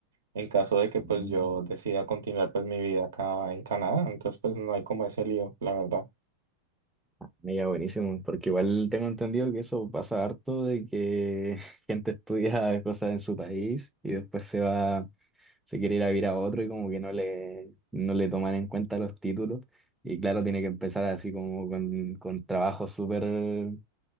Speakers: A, on the right; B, in the centre.
A: en caso de que
B: Mm.
A: pues yo decida continuar pues mi vida acá en Canadá, entonces pues no hay como ese lío, la verdad.
B: Mira, buenísimo, porque igual tengo entendido que eso pasa harto de que <laughs> gente estudia cosas en su país y después se va se quiere ir a vivir a otro y como que no le, no le toman en cuenta los títulos. Y claro, tiene que empezar así como con, con trabajos súper eh,